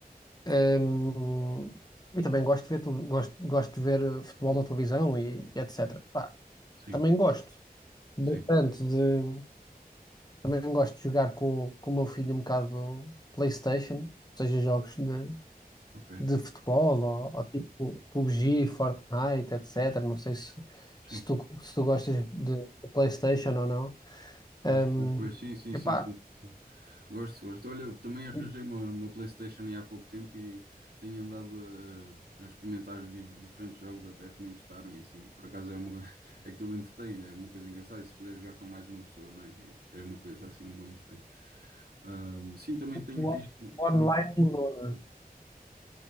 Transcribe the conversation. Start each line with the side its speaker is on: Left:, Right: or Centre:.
Left: ehm, e também gosto de ver, tele- gosto, gosto de ver eh, futebol na televisão e, e etc. Pá,
Right: sim,
Left: Também gosto bastante
Right: sim,
Left: de. Também gosto de jogar com, com o meu filho um bocado PlayStation, seja jogos de,
Right: ok.
Left: de futebol ou, ou tipo PUBG, Fortnite, etc. Não sei se, se
Right: Sim.
Left: tu, se tu gostas de, de PlayStation ou não. Hum,
Right: Pois, pois, pois, sim, sim,
Left: epá,
Right: sim, sim, sim. Gosto, gosto. Olha, eu também arranjei
Left: o
Right: uma, uma PlayStation aí há pouco tempo e tenho andado a, a experimentar di- diferentes jogos até que me emprestaram e assim. Por acaso é uma, <laughs> aquilo entretém, é uma coisa engraçada. E se puder jogar com mais uma pessoa, não é? É uma coisa assim, um bom entretém. Ahm, sim, também tenho
Left: o
Right: visto,
Left: online
Right: também,
Left: mudou, né?
Right: diz,